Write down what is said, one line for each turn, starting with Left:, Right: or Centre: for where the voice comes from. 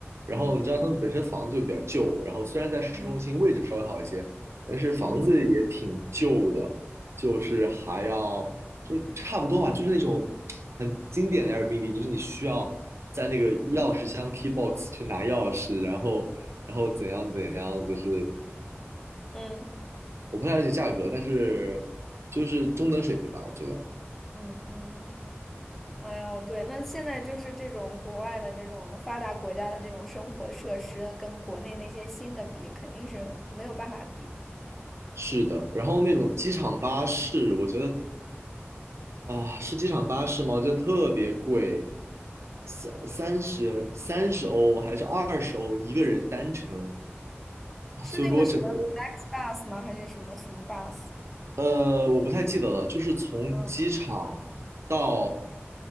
Right: 然后你知道他们本身房子就比较旧，
Centre: 嗯
Right: 然后虽然在市中心位置稍微好一些，
Centre: 嗯
Right: 但是房子也挺旧的，
Centre: 嗯
Right: 就是还要就是差不多吧，
Centre: 嗯。
Right: 就是那种很经典的 Airbnb，就是你需要在那个钥匙箱 key box 去拿钥匙，然后然后怎样怎样，就是
Centre: 嗯
Right: 我不太了解价格，但是就是中等水平吧，我觉得。
Centre: 嗯嗯，哎呦，对，那现在就是这种国外的这种发达国家的这种生活设施，跟国内那些新的比，肯定是没有办法比。
Right: 是的，然后那种机场巴士，我觉得啊，是机场巴士吗？我觉得特别贵，三三十三十欧还是二十欧一个人单程，啊就给我整的，
Centre: 是那个什么 FlexBus 吗？还是什么什么 bus？
Right: 呃，我不太记得了，就是从机场
Centre: 嗯，
Right: 到